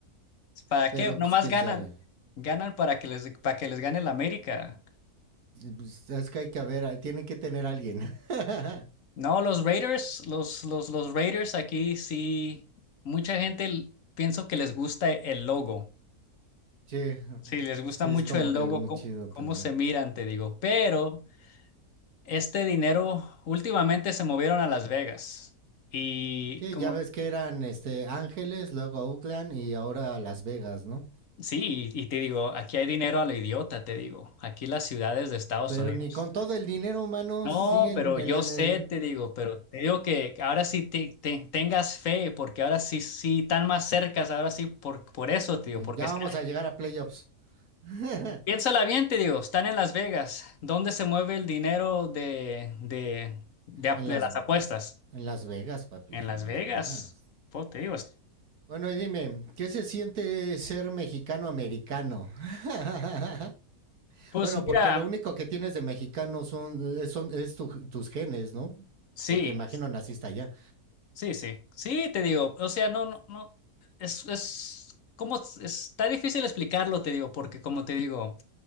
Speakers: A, on the left; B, on the right.
A: ¿Para
B: Pero
A: qué? Nomás
B: pues quién
A: ganan.
B: sabe.
A: Ganan para que les, para que les gane el América.
B: Pues, Es que hay que haber, tienen que tener a alguien. <laughs>
A: No, los Raiders, los, los, los Raiders aquí sí, mucha gente l- pienso que les gusta el logo.
B: Sí,
A: Sí, les gusta
B: sí,
A: mucho
B: es como
A: el
B: que
A: logo,
B: muy
A: có-
B: chido
A: cómo
B: también.
A: se miran, te digo. Pero este dinero últimamente se movieron a Las Vegas. Y
B: Sí,
A: como
B: ya ves que eran este Ángeles, luego Oakland y ahora Las Vegas, ¿no?
A: Sí, y, y te digo, aquí hay dinero a lo idiota, te digo. Aquí las ciudades de Estados
B: Pero
A: Unidos.
B: ni con todo el dinero humano
A: No,
B: siguen
A: pero yo
B: en la.
A: sé,
B: en-
A: te digo, pero te digo que ahora sí te, te- tengas fe, porque ahora sí, sí, están más cercas, ahora sí, por, por eso, te digo,
B: eh,
A: porque
B: ya
A: están,
B: vamos a llegar a playoffs. <laughs> en
A: piénsala bien, te digo, están en Las Vegas. ¿Dónde se mueve el dinero de, de, de, ap-
B: las.
A: de las apuestas?
B: En Las Vegas, papi.
A: En Las
B: En Las
A: Vegas.
B: Vegas.
A: Pues te digo, es-
B: Bueno, y dime, ¿qué se siente ser mexicano-americano? <laughs>
A: pues
B: bueno,
A: mira,
B: porque lo único que tienes de mexicano son, es son, es tu- tus genes, ¿no?
A: sí.
B: Porque imagino naciste allá.
A: Sí, sí, sí, te digo, o sea, no, no, no, es, es, como, es- está difícil explicarlo, te digo, porque como te digo,